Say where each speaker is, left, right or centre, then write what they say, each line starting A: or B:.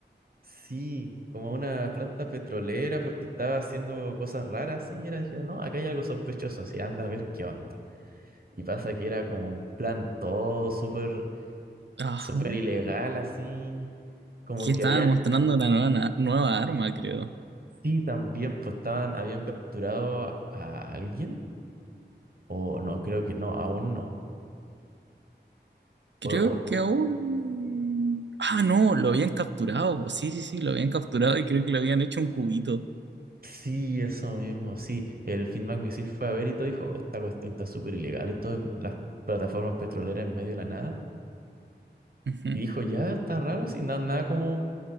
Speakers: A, on the right (about 55°); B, on the right (about 80°).
A: Sí, como a una planta petrolera porque estaba haciendo cosas raras, sí, y era, dijeron, no, acá hay algo sospechoso, sí, anda a ver qué onda. Y pasa que era como un plan todo súper,
B: Ajá.
A: súper ilegal, así, como
B: Que estaban
A: que habían,
B: mostrando una nueva, na- nueva arma, creo.
A: sí, también, pues estaban, habían capturado a, a alguien, o no, creo que no, aún no.
B: Creo
A: O, o
B: que aún. Ah, no, lo habían capturado. po. Sí, sí, sí, lo habían capturado y creo que le habían hecho un cubito.
A: Sí, eso mismo, sí. El Finn McMissile fue a ver y todo dijo, esta cuestión está súper ilegal, esto en las plataformas petroleras en medio de la nada.
B: Ujú.
A: Y dijo, ya está raro, así, na- nada como